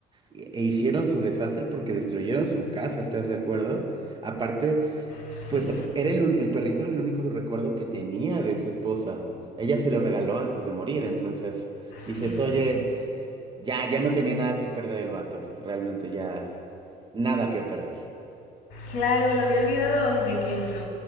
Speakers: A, on the right; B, on the left.
A: e e hicieron su desastre porque destruyeron su casa, ¿estás de acuerdo? Aparte
B: sí,
A: Pues era el, un- el perrito era el único recuerdo que tenía de su esposa. Ella se lo regaló antes de morir, entonces dices,
B: sí,
A: oye,
B: sí.
A: ya, ya no tenía nada que perder el vato, realmente ya nada que perder.
B: Claro, lo había olvidado de que su,